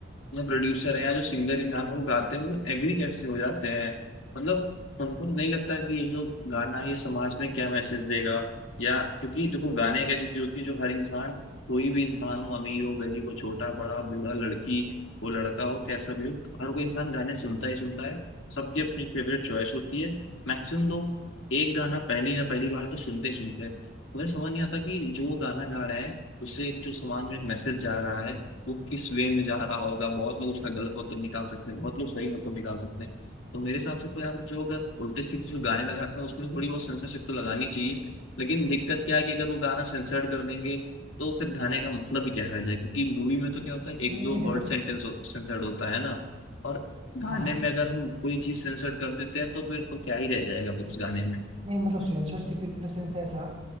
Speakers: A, on the left; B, on the right.
A: या प्रोड्यूसर हैं या जो सिंगर इन गानों को गाते हैं वो एग्री कैसे हो जाते हैं मतलब उनको नहीं लगता कि ये जो गाना है ये समाज में क्या मैसेज देगा या क्योंकि देखो गाने एक ऐसी चीज होती है जो हर इंसान कोई भी इंसान हो अमीर हो गरीब हो छोटा बड़ा बूढ़ा लड़की हो लड़का हो कैसा भी हो हर कोई इंसान गाने सुनता ही सुनता है सबकी अपनी फेवरेट चॉइस होती है मैक्सिमम लोग एक गाना पहली ना पहली बार तो सुनते ही सुनते हैं मुझे समझ नहीं आता कि जो गाना गा रहे हैं उससे जो समाज में एक मैसेज जा रहा है वो किस वे में जा रहा होगा बहुत लोग उसका गलत मतलब निकाल सकते हैं बहुत लोग सही मतलब निकाल सकते हैं तो मेरे हिसाब से तो यार जो अगर उल्टे सीधे जो गाने लगाते हैं उसमें थोड़ी बहुत सेंसरशिप तो लगानी चाहिए लेकिन दिक्कत क्या है कि अगर वो गाना सेंसर्ड कर देंगे तो फिर गाने का मतलब ही क्या रह जाएगा क्योंकि मूवी में तो क्या होता है एक
B: नहीं
A: दो
B: नहीं देखो
A: वर्ड सेंटेंस सेंसर्ड होता है ना और गाने
B: हाँ हाँ
A: में अगर हम कोई चीज सेंसर्ड कर देते हैं तो फिर तो क्या ही रह जाएगा फिर उस गाने में
B: नहीं मतलब सेंसरशिप इन द सेंस ऐसा